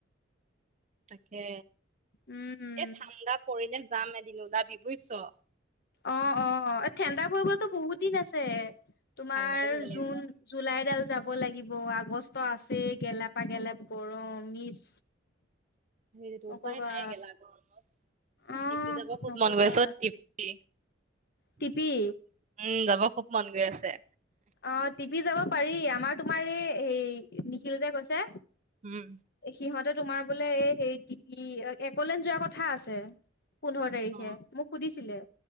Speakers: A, on the right; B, on the left.
A: তাকে,
B: উম
A: এ ঠাণ্ডা পৰিলে যাম এদিন ওলাবি বুজিছ।
B: অ' অ' ঠাণ্ডা পৰিবতো বহুত দিন আছে। তোমাৰ
A: ঠাণ্ডাতে যাব লাগিব
B: জুন জুলাইডাল যাব হব লাগিব আগষ্ট আছেই গেলপা গেলপ গৰম ইচ।
A: হেইৰিটো
B: নকবা
A: উপায় নাই গেলা গৰমত। মোৰ
B: আহ
A: টিপি যাব খুব
B: নকবা
A: মন গৈছে, অ' টিপি,
B: টিপি
A: উম। যাব খুব মন গৈ আছে।
B: অ' টিপি যাব পাৰি, আমাৰ তোমাৰ এই হে নিখিল কৈছে।
A: উম
B: সিহঁতে তোমাৰ বোলে এই হে টিপি একলেন যোৱা কথা আছে। পোন্ধৰ তাৰিখে
A: অ
B: মোক সুধিছিলে।